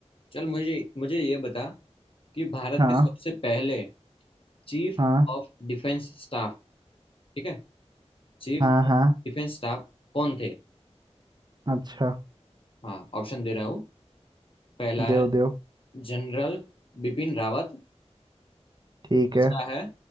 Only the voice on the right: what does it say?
हाँ
हाँ
हाँ
हाँ
अच्छा
देव
देव
ठीक
है